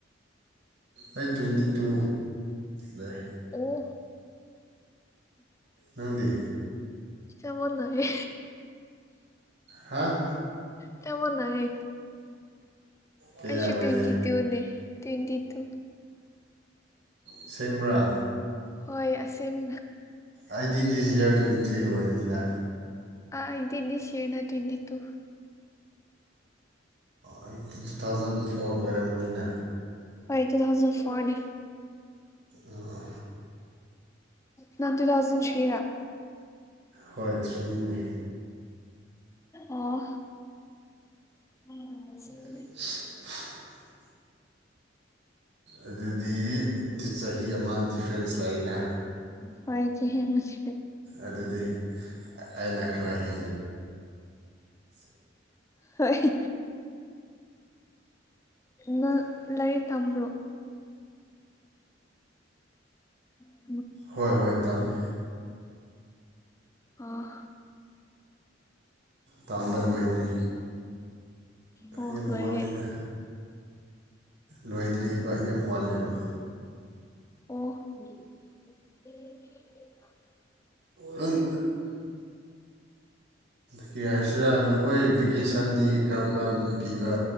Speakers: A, on the right; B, on the left.
A: ꯑꯩ ꯇ꯭ꯋꯦꯟꯇꯤ ꯇꯨ ꯂꯩ
B: ꯑꯣ
A: ꯅꯪꯗꯤ
B: ꯆꯥꯟ ꯃꯥꯟꯅꯩꯌꯦ
A: ꯍꯥꯥ
B: ꯆꯥꯞ ꯃꯥꯟꯅꯩꯌꯦ
A: ꯀꯌꯥ
B: ꯑꯩꯁꯨ
A: ꯑꯣꯏꯔꯦ
B: ꯇ꯭ꯋꯟꯇꯤ ꯇꯨꯅꯦ ꯇ꯭ꯋꯦꯟꯇꯤ ꯇꯨ
A: ꯑꯁꯦꯡꯕꯔꯥ
B: ꯍꯣꯏ ꯑꯁꯦꯝ
A: ꯑꯩꯗꯤ ꯗꯤꯁ ꯏꯌꯥꯔ ꯇ꯭ꯋꯦꯟꯇꯤ ꯊ꯭ꯔꯤ ꯑꯣꯏꯕꯅꯤꯅ
B: ꯑꯩ ꯗꯤ ꯗꯤꯁ ꯏꯌꯥꯔ ꯗꯤ ꯇ꯭ꯌꯦꯟꯇꯤ ꯇꯨ
A: ꯑꯗꯨꯗꯤ ꯇꯨ ꯊꯥꯎꯖꯟ ꯐꯣꯔ ꯑꯣꯏꯔꯝꯒꯅꯤꯅ
B: ꯍꯣꯏ ꯇꯨ ꯊꯥꯎꯖꯟ ꯐꯣꯔꯅꯦ
A: ꯑꯥ
B: ꯅꯪ ꯗꯨꯊꯥꯎꯖꯟ ꯊ꯭ꯔꯤ
A: ꯍꯣꯏ ꯊ꯭ꯔꯤꯅꯦ
B: ꯑꯣ ꯑꯪ ꯁꯤ <inaudible>
A: <unintelligible> ꯑꯗꯨꯗꯤ ꯆꯍꯤ ꯑꯃ ꯗꯤꯐ꯭ꯔꯦꯟꯁ ꯂꯩꯥꯅꯦ
B: ꯍꯣꯏ ꯆꯦꯍꯤ ꯕꯨꯗꯤ
A: ꯑꯗꯨꯗꯤ ꯑꯩꯅ ꯈꯔ ꯍꯦꯜꯂꯦ
B: ꯍꯣꯢ ꯅꯪ ꯂꯥꯏꯔꯤꯛ ꯇꯝꯕ꯭ꯔꯣ ꯎꯝ
A: ꯍꯣꯏ ꯍꯣꯏ ꯇꯝꯃꯦ
B: ꯑꯥ
A: ꯇꯝꯕ ꯂꯣꯏꯗ꯭ꯔꯤ
B: ꯑꯣ
A: ꯌꯥꯝ
B: ꯂꯣꯢꯔꯦ
A: ꯋꯥꯠꯂꯤꯗ ꯂꯣꯏꯗ꯭ꯔꯤꯕ ꯌꯥꯝ ꯋꯥꯠꯂꯦꯕ
B: ꯑꯣ <unintelligible>
A: ꯅꯪ ꯀ ꯍꯥꯏꯁꯤꯔꯥ ꯅꯈꯣꯏ ꯚꯦꯀꯦꯁꯟꯗꯤ ꯀꯔꯝ ꯀꯔꯝꯕꯗ ꯄꯤꯕ꯭ꯔꯥ